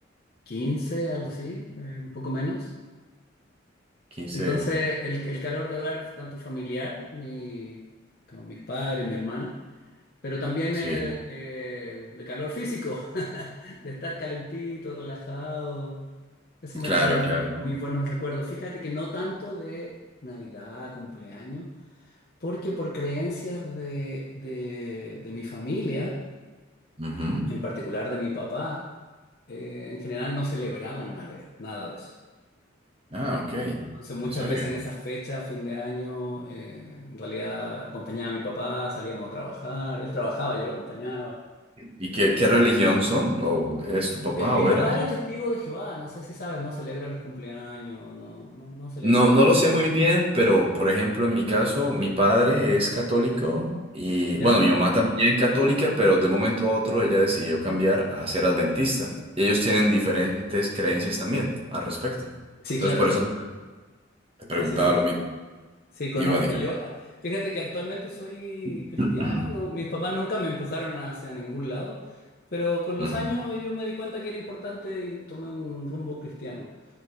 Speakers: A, on the left; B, on the right.
A: 15 algo así, eh, un poco menos.
B: quince.
A: Entonces, el, el calor de hogar, tanto familiar, mi, como mis padres, mi hermana, pero también de,
B: sí,
A: de- de calor físico, <laughs> de estar calentito, relajado, eso me
B: claro,
A: trae
B: claro.
A: muy buenos recuerdos. Fíjate que no tanto de Navidad, cumpleaños, porque por creencias de, de, de mi familia,
B: Ujú.
A: en particular de mi papá, eh, en general no celebraban nada, nada de eso.
B: Ah, ok,
A: Entonces muchas
B: en serio.
A: veces en esas fechas, fin de año, eh, en realidad acompañaba a mi papá, salíamos a trabajar, él trabajaba, yo lo acompañaba.
B: ¿Y qué, qué religión son? ¿O es tu papá
A: Eh, Mi
B: o
A: papá
B: era?
A: era testigo de Jehová, no sé si sabes, no celebra los cumpleaños, no, no, no celebra
B: No,
A: mucho.
B: no lo sé muy bien, pero por ejemplo, en mi caso, mi padre es católico y bueno,
A: ¿Ya?
B: mi mamá también católica, pero de un momento a otro ella decidió cambiar a ser adventista. Y ellos tienen diferentes creencias también al respecto.
A: Sí,
B: Entonces,
A: claro,
B: por eso te preguntaba
A: sí, sí, sí.
B: lo mismo.
A: Sí, conozco.
B: Y bueno, ¿y qué
A: Yo,
B: pasa?
A: ah, fíjate que actualmente soy
B: <clears throat>
A: cristiano, no, mis papás nunca me empujaron hacia ningún lado, pero con los
B: Ujú,
A: años yo me di cuenta que era importante y tomé un rumbo cristiano.